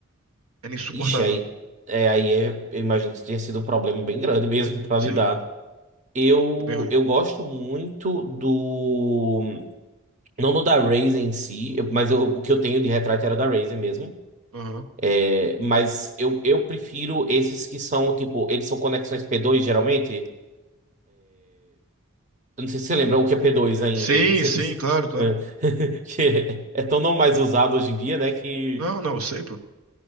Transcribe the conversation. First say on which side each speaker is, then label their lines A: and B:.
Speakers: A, on the right (about 85°); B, on the right (about 35°).
A: Era insuportável.
B: Ixi, aí, é, aí é, eu imagino que tenha sido um problema bem grande mesmo pra
A: Sim,
B: lidar. Eu,
A: foi bem ruim.
B: eu gosto muito do Não no da Razer em si, eu- mas eu- o que eu tenho de retrato era da Razer mesmo.
A: Aham.
B: É, mas eu, eu prefiro esses que são, tipo, eles são conexões p dois geralmente. Eu não sei se você lembra o que é p dois ainda.
A: Sim,
B: Você,
A: sim,
B: você-
A: claro, claro.
B: é, <laughs> que é é tão não mais usado hoje em dia, né? Que...
A: Não, não, sei, pô.